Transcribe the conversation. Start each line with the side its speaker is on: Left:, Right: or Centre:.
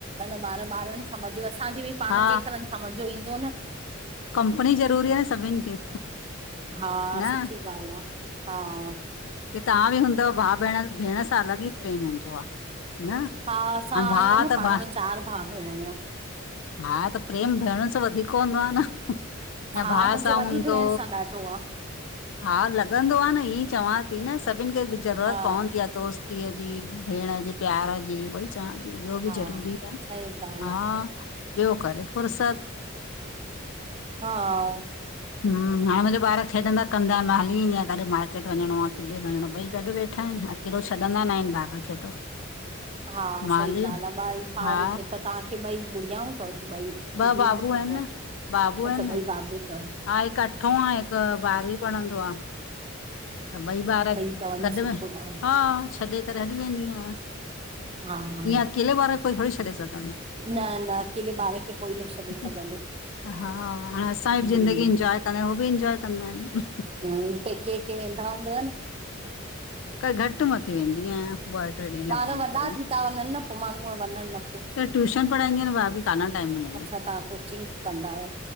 Right: ॿारु ॿारनि सां मज़ो, असांखे बि पाण
Left: हा
Right: जेतिरनि सां मज़ो ईंदो न।
Left: कंपनी ज़रूरी आये सभिन खे।
Right: हा
Left: न
Right: सुठी ॻाल्हि हा
Left: की त्हां बि हूंदव भाउ-भेण, भेण सां अलॻि ई प्रेम हूंदो आ। न
Right: हा! असां
Left: भाउ
Right: आहियूं न
Left: त
Right: पाण
Left: भा
Right: में चारि भा-भेण आहियूं।
Left: हा! त प्रेम भेणुन सां वधीक हूंदो आ न। हं या
Right: हा
Left: भा
Right: मुंहिंजो
Left: सा हूंदो।
Right: वॾी भेण सां ॾाढो आ।
Left: हा लॻिंदो आ न हिअं चवां ती न सभिन खे ज़रूरत
Right: हा
Left: पोंवंदी आ दोस्त पीअ जी, भेण जे प्यार जी, भई चवां ती ॿियो
Right: हा
Left: बि ज़रूरी आ।
Right: सही ॻाल्हि
Left: आ ॿियो करे फुरसत
Right: हाउ
Left: हम्म! हाणे मुहिंजा ॿारु खेॾंदा कंदा। मां हली ईंदी आहियां काॾे मार्केट वञिणो आ, किॾे वञिणो ॿई गॾु वेठा आहिन ह हेॾो छॾिंदा न आहिन ॿारु खे त
Right: हा!
Left: मां
Right: सई
Left: हली
Right: ॻाल्हि आ ॿाइर पाण
Left: हा
Right: में खेत तांखे ॿई घुड़ियाऊं तव ॿई?
Left: ॿ
Right: हे धी-पुट्र
Left: बाबू आहिनि
Right: तव?
Left: न बाबू
Right: अच्छा
Left: आहिनि न
Right: ॿई भा-भेण तव।
Left: हा हिकु अठो आए, हिकु बारवी पढिंणंदो आ। त ॿई ॿारु
Right: सही अथव
Left: गॾु
Right: न सुठो
Left: इन
Right: अथव
Left: हा छॾे करे हली वेंदी आहिया,
Right: हा न
Left: ईअं अकेले ॿारु कोई थोड़ी छॾे सघ
Right: न अकेले ॿार खे कोई न छॾे
Left: <unintelligible>
Right: सघंदो।
Left: हा हाण असां
Right: हम्म
Left: जिंदगी इंजॉयं कंदा आयुं, हो बि इंजॉय कंदा आहिन हं
Right: न, पेके-वेके वेंदा हूंदव न?
Left: क घटि मथे वेंदी आहियां। ॿ टे ॾींहं लाइ
Right: ॿारु
Left: वयमि
Right: वॾा
Left: त वरी
Right: थी ता वंञनि न। पो माण्हूं वंञनि न
Left: त ट्यूशन पढ़ाईंदी आयां त भाभी काॾा टाइम मिलंदो।
Right: अच्छा तां कोचिंग कंदा आहियो